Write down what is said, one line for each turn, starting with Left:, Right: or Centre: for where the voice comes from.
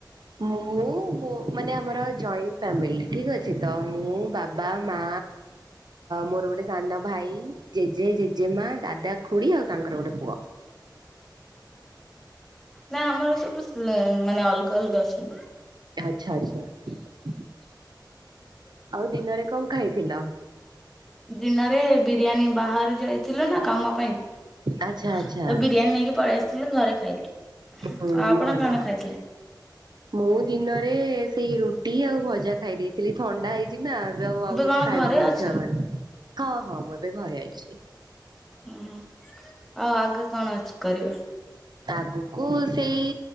Right: ମୁଁ ମାନେ ଆମର ଜଏଣ୍ଟ ଫ୍ୟାମିଲି। ଠିକ୍ ଅଛି ତ ମୁଁ ବାବା ମା ମୋର ଗୋଟେ ସାନ ଭାଇ ଜେଜେ, ଜେଜେମା, ଦାଦା ଖୁଡି ଆଉ ତାଙ୍କର ଗୋଟେ ପୁଅ।
Centre: ନା ଆମର ସବୁ ମାନେ ଅଲଗା-ଅଲଗା ଅଛନ୍ତି।
Right: ଆଚ୍ଛା-ଆଚ୍ଛା ଆଉ ଦିନରେ କଣ ଖାଇଥିଲ?
Centre: ଦିନରେ ବିରିୟାନୀ ବାହାରୁ ଯାଇଥିଲୁ ନା କାମ ପାଇଁ ତ
Right: ଆଚ୍ଛା ଆଚ୍ଛା।
Centre: ବିରିୟାନୀ ନେଇକି ପଳେଇ ଆସିଥିଲୁ ଘରେ ଖାଇଲୁ।
Right: ହୁଁ
Centre: ଆଉ ଆପଣ
Right: ଭଲ।
Centre: କଣ ଖାଇଥିଲେ?
Right: ମୁଁ ଦିନରେ ସେଇ ରୁଟି ଆଉ ଭଜା ଖାଇ ଦେଇଥିଲି ଥଣ୍ଡା ହେଇଚି ନା। ଏବେ ଆଉ ଆଉ କିଛି
Centre: କଣ
Right: ଖାଇବାକୁ
Centre: ଘରେ ଅଛ?
Right: ଇଚ୍ଛା ହବନି, ହଁ-ହଁ ମୁଁ ଏବେ ଘରେ ଅଛି।
Centre: <unintelligible> ଆଉ ଆଗ କଣ ଅଛି କରିବା?
Right: ଆଗୁକୁ ସେଇ